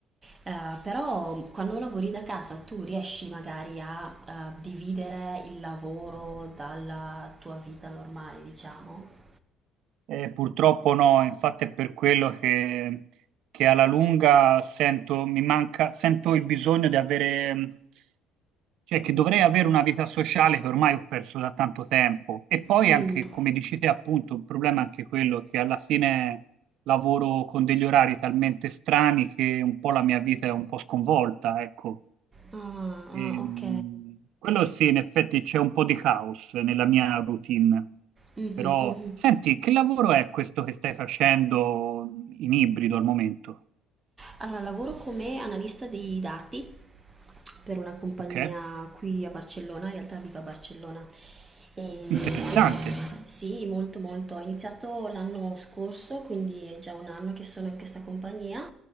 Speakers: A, on the right; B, on the right.
A: Eh, però quando lavori da casa tu riesci magari a eh, dividere il lavoro dalla tua vita normale, diciamo?
B: Eh, purtroppo no, infatti è per quello che, che alla lunga sento, mi manca, sento il bisogno di avere, mh, cioè che dovrei avere una vita sociale che ormai ho perso da tanto tempo. E poi
A: Mm.
B: anche, come dici te, appunto, il problema è anche quello che alla fine lavoro con degli orari talmente strani che un po' la mia vita è un po' sconvolta, ecco.
A: Ah,
B: Ehm,
A: ah, ok.
B: quello sì, in effetti c'è un po' di caos nella mia routine,
A: Mhm,
B: però
A: mhm.
B: senti, che lavoro è questo che stai facendo in ibrido al momento?
A: Allora, lavoro come analista dei dati per una compagnia
B: Ok?
A: qui a Barcellona, in realtà vivo a Barcellona. E ho-
B: Interessante.
A: sì, molto molto. Ho iniziato l'anno scorso, quindi è già un anno che sono in questa compagnia